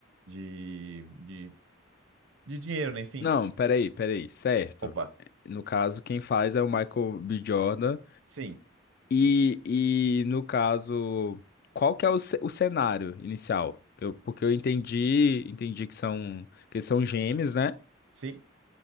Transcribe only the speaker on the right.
de de, de dinheiro, né? Enfim.
Opa.
Sim.
Sim,